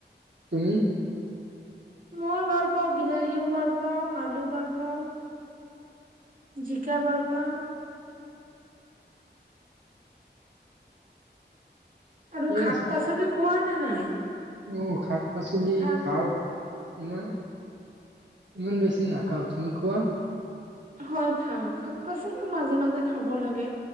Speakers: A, on the right; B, on the right.
A: তুমি
B: মই ভাল পাওঁ বিলাহীও ভাল পাওঁ আলু ভাল পাওঁ জিকা ভাল পাওঁ,
A: ঠিকে
B: আৰু শাক পাচলি খোৱা নে নাই? <unintelligible>
A: উম খাক পাচলি
B: শাক
A: খাওঁ। ইমান ইমান বেছি নাখাও তুমি খোৱা
B: হয় খাও শাক পাচলিও মাজে মাজে খাব লাগে